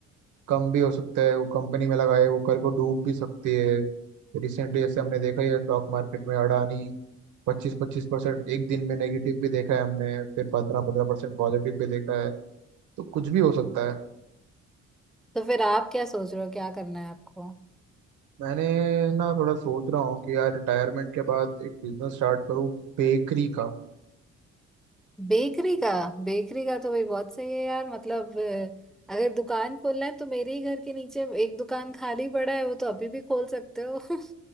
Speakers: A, on the right (about 75°); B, in the centre.
A: कम भी हो सकता है वो कंपनी में लगाए वो कल को डूब भी सकती है रिसेंटली जैसे हमने देखा ही है स्टॉक मार्केट में अडानी पच्चीस पच्चीस परसेंट एक दिन में नेगेटिव भी देखा है हमने फिर पंद्रह पंद्रह परसेंट पॉजिटिव भी देखा है तो कुछ भी हो सकता है
B: तो फिर आप क्या सोच रहे हो क्या करना है आपको
A: मैंने ना थोड़ा सोच रहा हूँ कि यार रिटायरमेंट के बाद एक बिजनेस स्टार्ट करूँ बेकरी का
B: बेकरी का बेकरी का तो भाई बहुत सही है यार मतलब अ, अगर दुकान खोलना है तो मेरे ही घर के नीचे एक दुकान खाली पड़ा है वो तो अभी भी खोल सकते हो <laughs>